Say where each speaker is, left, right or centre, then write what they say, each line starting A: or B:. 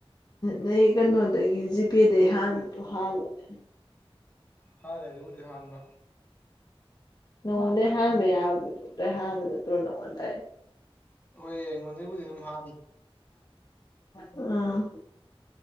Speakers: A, on the left (about 40°); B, on the left (about 20°).
A: ꯅꯣꯏ ꯀꯩꯅꯣꯗꯒꯤ ꯖꯤꯄꯦꯗꯒꯤ ꯍꯥꯟꯕꯗꯨ ꯍꯥꯜꯂꯣꯅꯦ
B: ꯍꯥꯜꯂꯦ ꯑꯗꯨꯕꯨꯗꯤ ꯍꯥꯟꯕ
A: ꯅꯪꯉꯣꯟꯗꯩ ꯍꯥꯟꯕ ꯌꯥꯔꯕꯗꯣ ꯑꯗꯨꯗꯩꯩ ꯍꯥꯟꯅꯕ ꯅꯠꯇ꯭ꯔꯣ ꯅꯪꯉꯣꯟꯗꯩ
B: ꯍꯣꯏꯌꯦ ꯑꯩꯉꯣꯟꯗꯩꯕꯨꯗꯤ ꯑꯗꯨꯝ ꯍꯥꯟꯅꯤ
A: ꯎꯝ